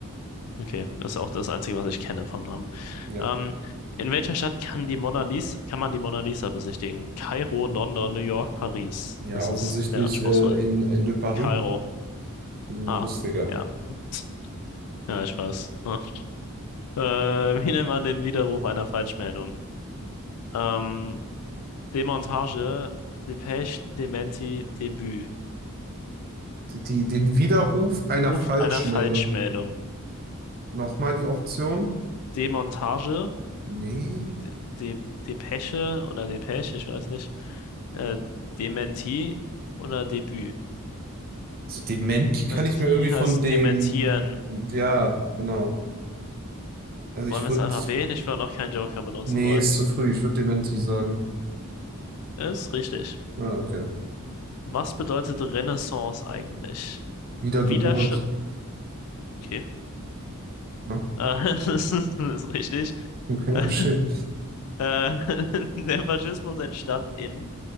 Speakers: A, on the left; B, on the right.
A: okay. Das ist auch das Einzige, was ich kenne vom Namen.
B: Ja.
A: Ähm, in welcher Stadt kann die Mona Lisa, kann man die Mona Lisa besichtigen? Kairo, London, New York, Paris.
B: Ja,
A: Das
B: offensichtlich
A: ist sehr anspruchsvoll.
B: äh, in Le Paris.
A: Kairo.
B: Du
A: Ah,
B: lustiger.
A: ja. <laughs> Ja, ich weiß. Ja. Äh, wie nennt man den Widerruf einer Falschmeldung? Ähm, Demontage, Depeche, Dementi, Debüt.
B: Die, den Widerruf einer
A: Ruf
B: Falschmeldung.
A: einer Falschmeldung.
B: Nochmal die Option?
A: Demontage,
B: Nee.
A: De De Depeche oder Depeche, ich weiß nicht. Äh, Dementi oder Debüt?
B: Also Dementi
A: Ich
B: kann
A: meine,
B: ich
A: T
B: mir irgendwie
A: heißt
B: von dem.
A: dementieren.
B: Ja, genau. Also
A: Wollen
B: ich
A: wir
B: würde.
A: es einfach wählen? Ich würde noch keinen Joker benutzen
B: Nee,
A: wollen.
B: ist zu früh. Ich würde Dementi sagen.
A: Ist richtig.
B: Ah, okay.
A: Was bedeutet Renaissance eigentlich?
B: Wiedergeburt.
A: Widerstand. Okay.
B: Ja,
A: Äh, <laughs> das ist, das ist richtig.
B: okay,
A: <laughs>
B: geschehen.
A: Äh, <laughs> der Faschismus entstand in